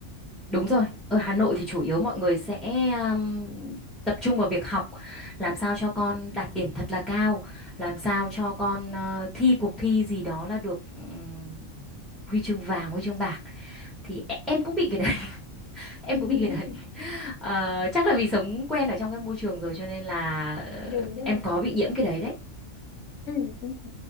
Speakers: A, in the centre; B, on the left (about 75°).
A: đúng rồi ở Hà Nội thì chủ yếu mọi người sẽ um, tập trung vào việc học làm sao cho con đạt điểm thật là cao làm sao cho con ờ, thi cuộc thi gì đó là được ừm, huy chương vàng huy chương bạc thì e- em cũng bị cái đấy <laughs> em
B: Ừ. <laughs>
A: cũng bị cái đấy Ờ, chắc là vì sống quen ở trong cái môi trường rồi cho nên là ờ,
B: Đúng rồi.
A: em có bị nhiễm cái đấy đấy
B: Ừ, ừ.